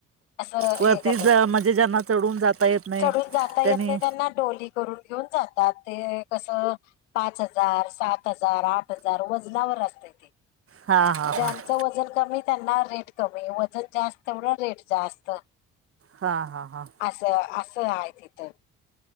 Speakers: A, on the left; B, on the right.
A: असं
B: वरती
A: हे करतात.
B: ज म्हणजे ज्यांना चढून जाता येत नाही
A: चढून जाता
B: त्यांनी
A: येत नाही, त्यांना डोली कर घेऊन जातात ते कसं ते कसं पाच हजार, सात. हजार, आठ हजार. मग कसं?
B: हां हां
A: ज्यांच
B: हां
A: वजन कमी त्यांना रेट कमी, वजन जास्त तेवढं रेट जास्त.
B: हां हां हां
A: असं. असं आहे तिथं.